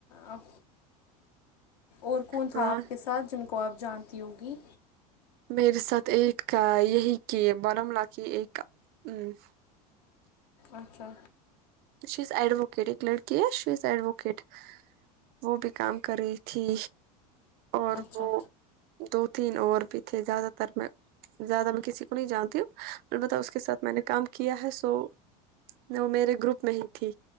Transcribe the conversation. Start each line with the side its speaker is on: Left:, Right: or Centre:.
Left: اب اور کون تھا
Right: وہاں
Left: آپ کے ساتھ جن کو آپ جانتی ہوگی
Right: میرے ساتھ ایک یہی کہ بارملہ کی ایک ہوں
Left: اچھا
Right: شس اڈوکیٹ ایک لڑکی ہے شس اڈوکیٹ وہ بھی کام کر رہی تھی اور
Left: اچھا
Right: وہ دو تین اور بھی تھے زیادہ تر میں زیادہ میں کسی کو نہیں جانتی ہوں البتہ اس کے ساتھ میں نے کام کیا ہے سو وہ میرے گروپ میں ہی تھی